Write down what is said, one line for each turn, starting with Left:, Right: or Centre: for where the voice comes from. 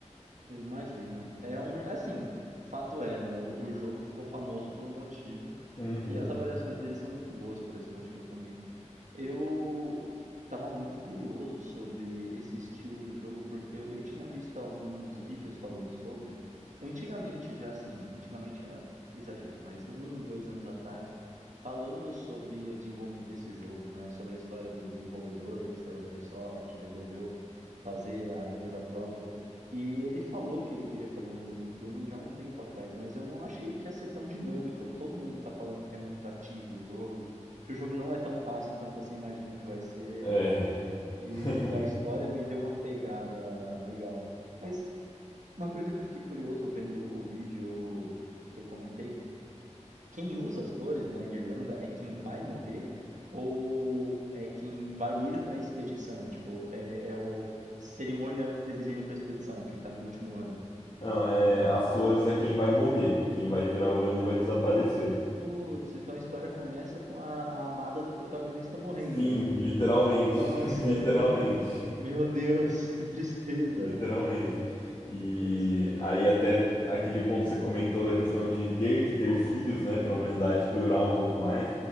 Right: eu imagino. É um, é assim, fato é, né? O, o jogo ficou famoso por um motivo
Left: Uhum.
Right: e as avaliações dele são muito boas por esse motivo também. Eu estava muito curioso sobre esse estilo do jogo, porque eu tinha visto alguns vídeos falando sobre, antigamente já assim, antigamente é exagero, mas um, dois anos atrás, falando sobre o desenvolvimento desse jogo, né? Sobre a história do desenvolvedor que saiu da Ubisoft, resolveu fazer a empresa própria. E ele falou que ele queria fazer um jogo em turnos já há um tempo atrás, mas eu não achei que ia ser tão dinâmico. Todo mundo tá falando que é muito ativo o jogo que o jogo não é tão fácil quanto você imagina que vai ser.
Left: É.
Right: E
Left: <laughs>
Right: a história me deu uma pegada legal. Mas uma coisa que eu fiquei curioso vendo o vídeo que eu comentei, quem usa as flores, né, a guirlanda, é quem vai morrer ou é quem vai ir para a expedição? Tipo, é, é o cerimônia antes deles irem para a expedição, quem tá no último ano.
Left: Não, é, as flores é quem vai morrer, quem vai virar o ano e vai desaparecer.
Right: Putz, então a história começa com a, a amada do protagonista morrendo.
Left: Sim, literalmente,
Right: Nossa,
Left: <laughs> literalmente.
Right: meu Deus, que tristeza.
Left: Literalmente. E
Right: Putz,
Left: aí até aquele ponto que você comentou da questão de ter que ter filhos, né, para a humanidade durar um pouco mais,